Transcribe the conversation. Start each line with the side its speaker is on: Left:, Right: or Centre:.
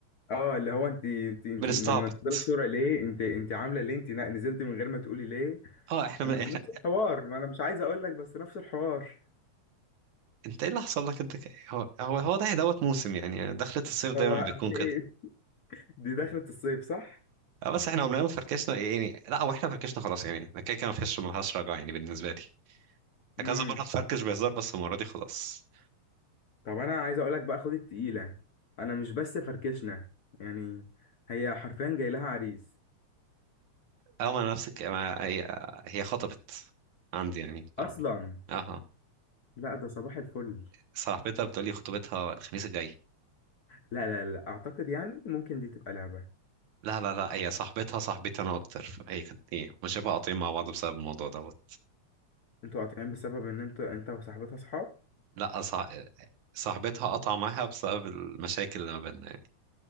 Left: اه اللي هو انت انت انت
Right: بنستعبط
Left: لما تنزلي صورة ليه انت انت عاملة ليه انت نزلت من غير ما تقولي ليه
Right: اه احنا
Left: اما
Right: من... احنا
Left: نفس الحوار ما انا مش عايز اقول لك بس نفس الحوار
Right: انت ايه اللي حصل لك انت ك- هو هو هو ده دوت موسم يعني يعني دخلة الصيف دايما
Left: هو
Right: بيكون
Left: في
Right: كده
Left: ايه <laughs> دي دخلة الصيف صح
Right: اه بس احنا عمرنا ما فركشنا يعني لا هو احنا فركشنا خلاص يعني انا كده كده ما فيش ما فيهاش رجعه يعني بالنسبه لي
Left: امم
Right: انا كذا مره اتفركش بهزار بس المره دي خلاص
Left: طب انا عايز اقولك بقى خد التقيلة انا مش بس فركشنا يعني هي حرفيا جاي لها عريس
Right: اه ما انا نفسك ما هي هي خطبت عندي يعني
Left: اصلا
Right: اه اها
Left: لا ده صباح الفل
Right: صاحبتها بتقولي خطوبتها الخميس الجاي
Left: لا لا لا اعتقد يعني ممكن دي تبقى لعبة
Right: لا لا لا هي صاحبتها صاحبتي انا اكتر هي كانت ايه مش شبه قاطعين مع بعض بسبب الموضوع دوت
Left: انتوا قاطعين بسبب ان انتوا انت وصاحبتها صحاب
Right: لا صح... صاحبتها قطع معاها بسبب المشاكل اللي ما بيننا يعني